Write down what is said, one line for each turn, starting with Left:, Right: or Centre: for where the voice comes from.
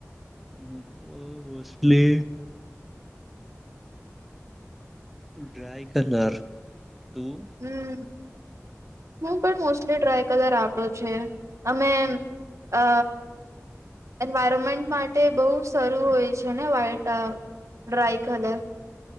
Centre: હ ભોસલે ડ્રાય કલર તું
Right: હમ હું પણ મોસ્ટલી ડ્રાય કલર આપડ્યો છે અમે અ એન્વાયરમેન્ટ માટે બહુ સરારું હોય છે ને વ્હાઈટ ડ્રાય કલર